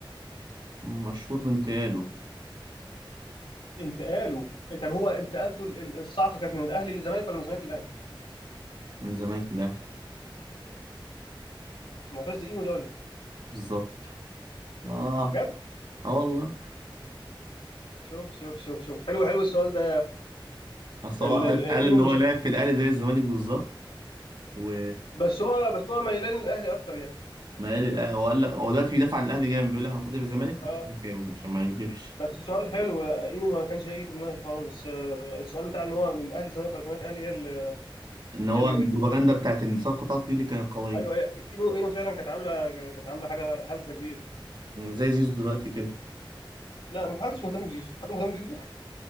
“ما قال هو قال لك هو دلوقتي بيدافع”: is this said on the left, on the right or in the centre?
Right